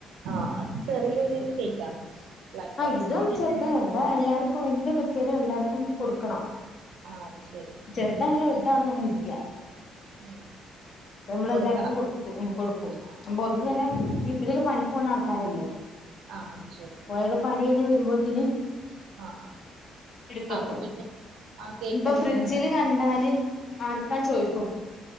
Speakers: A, on the right; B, on the left.
A: ആഹ് ചെറിയൊരു കേക്കാ. ബ്ലാക്ക് ഫോറസ്റ്റന്നെ
B: ഓഹ് ഇതും ചെറുതാ
A: ഉണ്ടായത്
B: ഇവിടെ എല്ലാവർക്കും എന്ത്‌ കിട്ടിയാലും എല്ലാവർക്കും കൊടുക്കണം.
A: ആ അത് ശരി
B: ചെറുതാന്നെന്ന്
A: ഉം
B: വലുതാണെന്ന് ഒന്നും ഇല്ല്യ.
A: ഉം..
B: അപ്പ നമ്മളെ
A: കൊടുക്കണം
B: എല്ലാർക്കും കൊടുക്കും, കൊടുക്കും,
A: ആ
B: അപ്പൊ അവർക്ക് നല്ലെ ഇവിടൊക്കെ പണിക്ക് പോകണ ആൾക്കാരല്ലേ?.
A: ആ അത് ശരി.
B: പോയൊരു പണികഴിഞ്ഞു വരുമ്പോത്തിന്..
A: ആഹ് ആ
B: എടുത്തക്കും
A: അപ്പൊ പിന്നെ ആ കേക്കല്ലാം
B: ഇപ്പൊ ഫ്രിഡ്ജില്
A: ഇന്നലെ ത.
B: കണ്ടാല് ആർക്കാ ചോയിക്കും?..